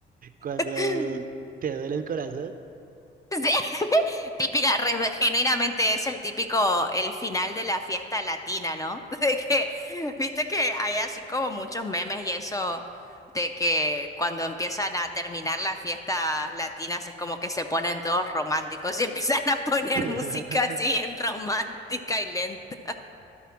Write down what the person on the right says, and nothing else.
cuando
te duele el corazón.
<laughs>